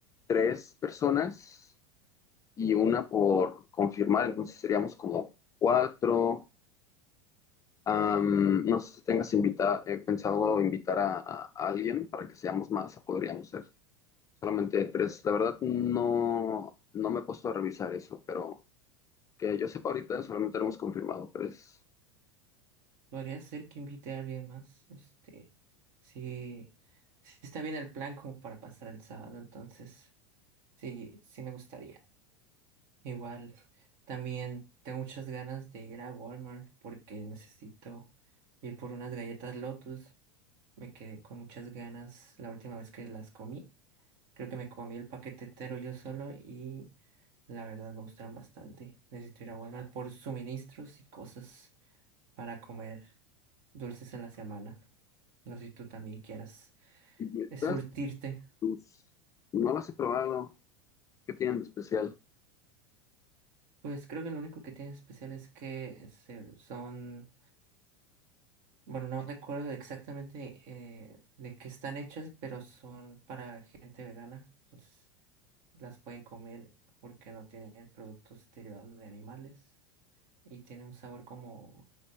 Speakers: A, on the left; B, on the right.
A: tres personas y una por confirmar, entonces seríamos como cuatro. Am, no sé si tengas invita- eh, pensado invitar a, a alguien para que seamos más, podríamos ser Solamente tres. La verdad no, no me he puesto a revisar eso, pero que yo sepa ahorita solamente hemos confirmado tres.
B: Podría ser que invite a alguien más, este, si, si está bien el plan como para pasar el sábado, entonces sí, sí me gustaría. Igual, también tengo muchas ganas de ir a Walmart porque necesito ir por unas galletas Lotus. Me quedé con muchas ganas la última vez que las comí. Creo que me comí el paquete entero yo solo y la verdad me gustaron bastante. Necesito ir a Walmart por suministros y cosas para comer dulces en la semana. No sé si tú también quieras
A: Y estas,
B: eh, surtirte.
A: pues, no las he probado. ¿Qué tienen de especial?
B: Pues creo que lo único que tiene especial es que se- son, bueno, no recuerdo exactamente eh, de qué están hechas, pero son para gente vegana. Entonces Las pueden comer porque no tienen productos derivados de animales y tiene un sabor como